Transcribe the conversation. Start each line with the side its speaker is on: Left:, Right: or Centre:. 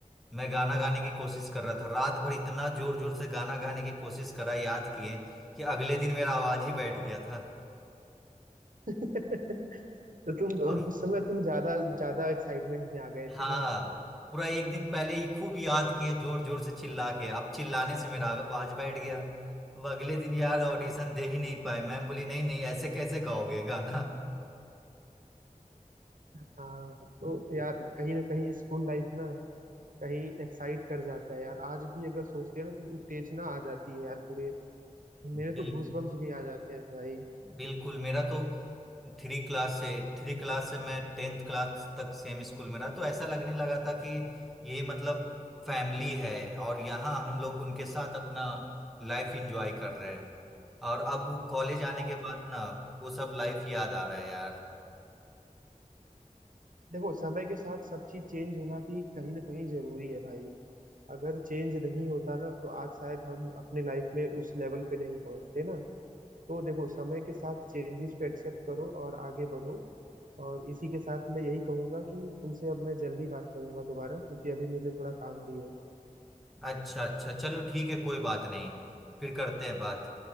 Centre: मैं गाना गाने की कोशिश कर रहा था रात भर इतना जोर जोर से गाना गाने की कोशिश करा याद किए कि अगले दिन मेरा आवाज ही बैठ गया था
Right: <laughs> तो तुम
Centre: <laughs>
Right: अब उस समय तुम ज्यादा ज्यादा एक्साइटमेंट में आ गए थे
Centre: हाँ
Right: ना
Centre: पूरा एक दिन पहले ही खूब याद किए जोर जोर से चिल्ला के आप चिल्लाने से मेरा आवाज बैठ गया अब अगले दिन यार ऑडिशन दे ही नहीं पाए मैम बोली नहीं नहीं ऐसे कैसे गाओगे गाना
Right: हाँ तो यार कहीं ना कहीं स्कूल लाइफ ना कहीं एक्साइट कर जाता है यार आज भी अगर सोचते हैं ना तो उत्तेजना आ जाती है यार पूरे मेरे तो
Centre: बिल,
Right: गूजबम्स भी आ जाते हैं भाई
Centre: बिल्कुल मेरा तो थ्री क्लास से थ्री क्लास से मैं टेंथ क्लास तक सेम स्कूल में रहा तो ऐसा लगने लगा था कि ये मतलब फैमिली है और यहाँ हम लोग उनके साथ अपना लाइफ एंजॉय कर रहे हैं और अब कॉलेज आने
Right: हाँ
Centre: के बाद ना वो सब लाइफ याद आ रहा है यार
Right: देखो समय के साथ सब चीज चेंज होना भी कहीं ना कहीं जरूरी है भाई अगर चेंज नहीं होता ना तो आज शायद हम अपने लाइफ में उस लेवल पे नहीं पहुंचते ना तो देखो समय के साथ चेंजेस को एक्सेप्ट करो और आगे बढ़ो और इसी के साथ मैं यही कहूंगा कि तुमसे अब मैं जल्दी बात करूंगा दोबारा क्योंकि अभी मुझे थोड़ा काम भी है
Centre: अच्छा अच्छा चलो ठीक है कोई बात नहीं फिर करते हैं बात